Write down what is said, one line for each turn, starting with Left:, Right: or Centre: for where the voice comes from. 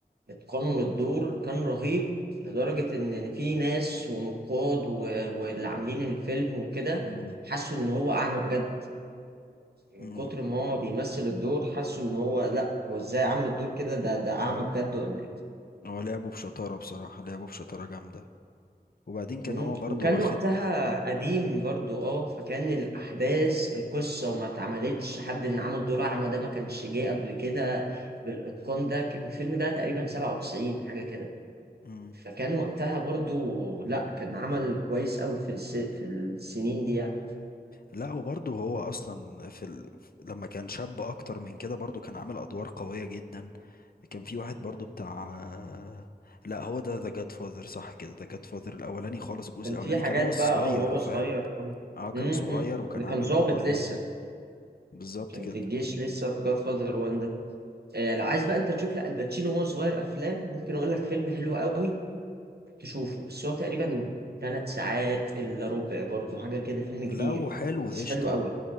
Right: اتقنوا للدور كان رهيب لدرجة ان في ناس ونقاد و- واللي عاملين الفيلم وكده
Left: امم
Right: حسوا ان هو اعمى بجد من
Left: امم
Right: كتر ما هو بيمثل الدور حسوا ان هو لا هو ازاي عامل الدور كده ده ده اعمى بجد ولا
Left: هو لعبه بشطارة بصراحة لعبه بشطارة جامدة وبعدين كان
Right: مم.
Left: هو برضو
Right: وكان
Left: واخد
Right: وقتها قديم برضو اه فكان الأحداث القصة ما اتعملتش حد إن عمل دور أعمى ده ما كانش جه قبل كده بالإتقان ده ك- الفيلم ده تقريبا 97 حاجة كده
Left: مم.
Right: فكان وقتها برضو لا كان عمل كويس أوي في الس... في السنين دي يعني
Left: لا وبرضه هو اصلا في ال... لما كان شاب اكتر من كده برضه كان عامل ادوار قوية جدا كان في واحد برضه بتاع لا هو ده ذا جاد فاذر صح كده ذا جاد فاذر الاولاني خالص الجزء
Right: كان
Left: الاولاني
Right: في حاجات
Left: كان هو الصغير
Right: بقى أو هو
Left: فاهم
Right: صغير أو
Left: اه كان
Right: امم
Left: صغير وكان
Right: اللي
Left: عامل
Right: كان ظابط
Left: ادوار جامدة
Right: لسه
Left: بالظبط
Right: كان
Left: كده
Right: في الجيش لسه في جاد فاذر 1 ده آه، لو عايز بقى انت تشوف لا الباتشينو وهو صغير افلام ممكن اقول لك فيلم حلو قوي تشوفه بس هو تقريبا ثلاث ساعات الا ربع برضه حاجه كده فيلم كبير
Left: لو حلو
Right: بس
Left: قشطة
Right: حلو قوي